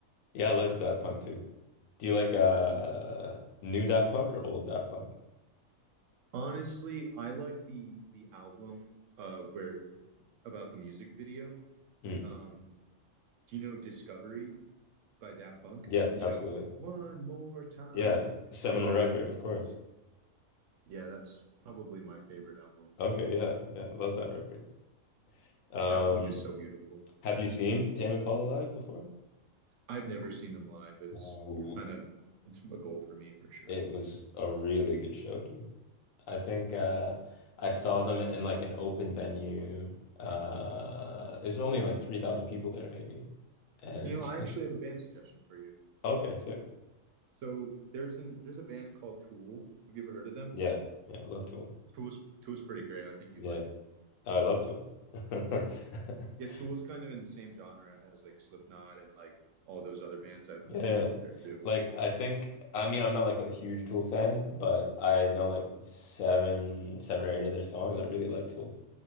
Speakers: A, on the left; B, on the right.
A: Yeah, I like Daft Punk too. Do you like uh new Daft Punk or old Daft Punk?
B: Honestly, I like the the album uh where about the music video.
A: Mm.
B: Um, do you know Discovery? by Daft Punk.
A: Yeah,
B: You
A: absolutely.
B: know, one more time.
A: Yeah, seminal
B: You know that
A: record,
B: album?
A: of course.
B: Yeah, that's probably my favorite album.
A: Okay, yeah, yeah, love that record. Um,
B: Daft Punk is so beautiful.
A: have you seen Tame Impala Live before?
B: I've never seen them live. It's
A: Ooh,
B: kind of it's a goal for me for sure.
A: it was a really good show, dude. I think uh I saw them in like an open venue. Uh there's only like 3,000 people there maybe. And
B: You know, I
A: <laughs>
B: actually have a band suggestion for you.
A: okay, so
B: So there's an there's a band called Tool. Have you ever heard of them?
A: yeah. Yeah, I love Tool.
B: Tool's Tool's pretty great. I think you'd
A: Yeah.
B: like them.
A: I love Tool. <laughs>
B: Yeah, Tool's kind of in the same genre as like Slipknot and like all those other bands. I would
A: Yeah.
B: put Tool
A: yeah.
B: up there too.
A: Like I think I mean I'm not like a huge Tool fan, but I know like seven seven or eight of their songs. I really like Tool.